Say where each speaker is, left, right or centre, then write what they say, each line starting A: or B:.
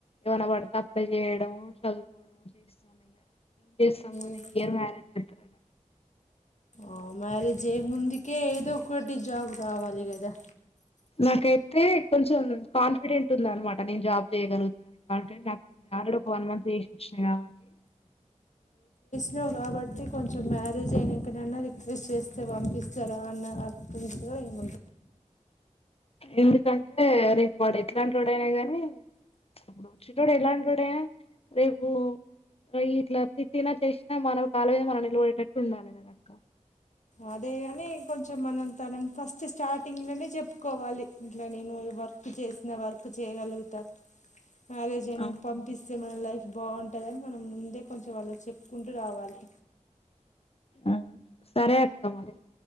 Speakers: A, on the left (about 50°); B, on the left (about 65°).
A: ఏవనా పడతే అప్లై చేయడము చదువుకోవడం ఏం చేస్తాం మరి
B: ఇగ
A: ఇయర్ మ్యారేజ్ చేస్తారట
B: ఆ మ్యారేజ్ ఏముంది ఇంకే ఏదో ఒకటి జాబ్ రావాలి అదే కదా
A: నాకైతే కొంచెం కాన్ఫిడెంట్ ఉంద అనమాట నేను జాబ్ చేయ్యగలుగు దా కాట్ం నాకు ఆల్రెడీ ఒక వన్ మంత్ చేసిచ్చినాయి కాబట్టి
B: రో కాబట్టి కొంచెం మ్యారేజ్ అయినాంకనైన్నా, రిక్వెస్ట్ చేస్తే పంపిస్తారా అన్న అర్థంతో ఏమ
A: ఎందుక అంటే రేపు వాడు ఎట్లాంటి వాడైనా గానీ, ఇప్పుడు వచ్చినో ఎలాంటి వొడైనా రేప్ ఒ ఇట్లా తిట్టిన చేసినా మన కాల మీద మనం నిలవడేటట్టు ఉండాలి కదా అక్క
B: అదే అని కొంచెం మనం ని ఫస్ట్ స్టార్టింగ్ లోనే చెప్పుకోవాలి ఇట్లా నేను వర్క్ చేసినా వర్క్ చేయగలుగుతా మ్యారేజ్ అయినంక
A: అవును
B: పంపిస్తే మన లైఫ్ బాగుంటుందని మనం ముందే కొంచెం వాళ్ళ చెప్పుకుంటూ రావాలి
A: ఆ సరే అక్క మరి